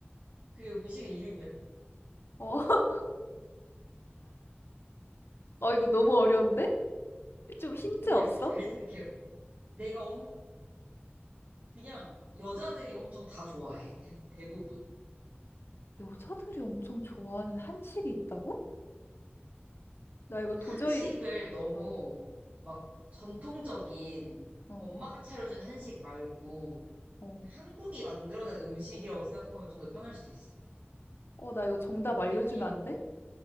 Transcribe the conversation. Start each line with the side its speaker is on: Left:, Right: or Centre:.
Right: 그게 음식의 이름이야.
Left: 어, <laughs> 어, 이거 너무 어려운데? 좀 힌트
Right: 아니야,
Left: 없어?
Right: 근데 잘 생각해요. 내가 엄, 그냥 여자들이 엄청 다 좋아해. 대, 대부분.
Left: 여자들이 엄청 좋아하는 한식이 있다고? 나 이거
Right: 그
Left: 도저히,
Right: 한식을 너무
Left: 어,
Right: 막 전통적인
Left: 어,
Right: 엄마가 차려준 한식 말고
Left: 어.
Right: 그냥 한국이 만들어낸 음식이라고 생각하면 좀 더 편할 수도 있어.
Left: 어, 나 이거 정답 알려주면
Right: 그냥, 그냥,
Left: 안 돼?